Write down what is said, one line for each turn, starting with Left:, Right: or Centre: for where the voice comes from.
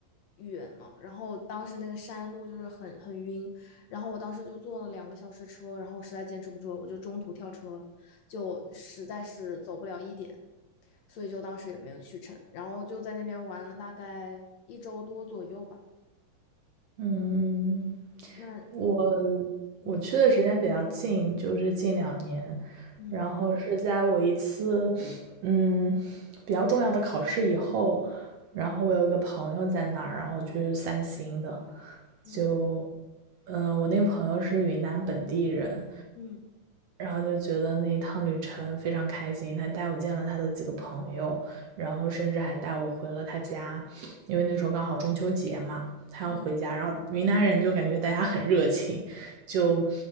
Left: 远了，然后当时那个山路就是很很晕。然后我当时就坐了两个小时车，然后我实在坚持不住了，我就中途跳车了，就实在是走不了一点，所以就当时也没有去成，然后就在那边玩了大概一周多左右吧。
Right: 嗯，
Left: 那
Right: 我我去的时间比较近，
Left: 嗯
Right: 就是近两年，
Left: 嗯
Right: 然后是在我一次嗯比较重要的考试以后，然后我有一个朋友在那儿，然后去散心的，就
Left: 嗯
Right: 嗯、呃我那个朋友是云南本地人，
Left: 嗯
Right: 然后就觉得那一趟旅程非常开心，他带我见了他的几个朋友，然后甚至还带我回了他家，因为那时候刚好中秋节嘛，他要回家。
Left: 嗯
Right: 然后云南人就感觉大家很热情，就